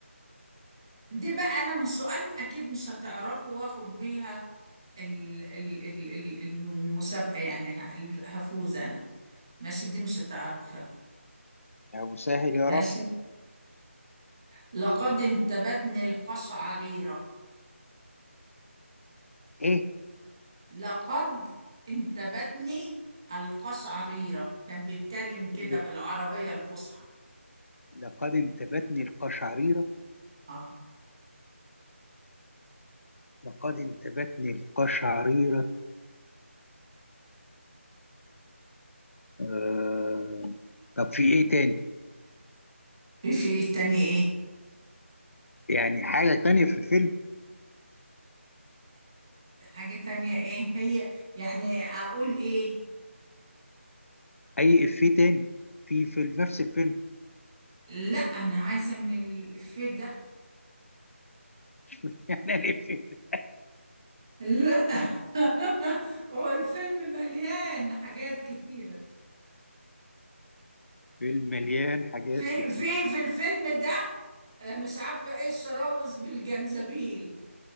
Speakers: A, on the right; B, on the left.
A: دي بقى انا من السؤال اكيد مش هتعرفه واخد بيها ال- ال- ال- ال- المسابقة يعني ه- هفوز انا ماشي دي مش هتعرفها
B: يا مسهل يا
A: ماشي
B: رب
A: لقد انتابتني القشعريرة
B: ايه
A: لقد انتابتني القشعريرة كان بيتكلم كده
B: اللي
A: بالعربية الفصحى
B: لقد انتابتني القشعريره
A: اه
B: لقد انتابتني القشعريره آه... طب في ايه تاني
A: في إيه تاني ايه
B: يعني حاجه تانية في الفيلم
A: حاجة تانية ايه هي يعني اقول ايه
B: اي افيه تاني في في نفس الفيلم
A: لا انا عايزة من الإفيه ده
B: <laughs> يعني الافيه
A: لا <laughs> هو الفيلم مليان حاجات كتيرة
B: فيلم مليان حاجات
A: في
B: كتير
A: في في الفيلم ده آه، مش عارفة ايه الشراوذ بالجنزبيل <laughs>